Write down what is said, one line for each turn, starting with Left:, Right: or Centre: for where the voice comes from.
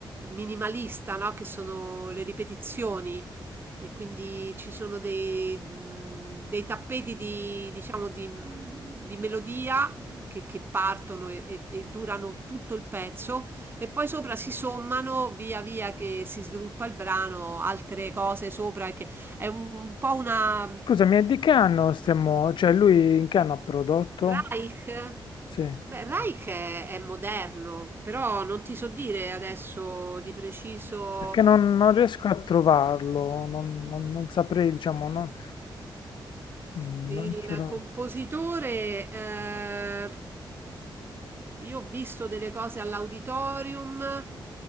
Right: minimalista, no? Che sono le ripetizioni e quindi ci sono dei, mh, dei tappeti di, diciamo, di, mh, di melodia che, che partono e, e- e durano tutto il pezzo e poi sopra si sommano via via che si sviluppa il brano, altre cose sopra, che è un po' una
Left: Scusami, è di che anno stiamo, cioè lui in che anno ha prodotto?
Right: Reich?
Left: Sì,
Right: Beh, Reich è, è moderno, però non ti so dire adesso di preciso
Left: perché non, non riesco a trovarlo, non, non- non saprei, diciamo, non, mm,
Right: eh,
Left: non
Right: il
Left: ce l'ho.
Right: compositore. eh, io ho visto delle cose all'auditorium,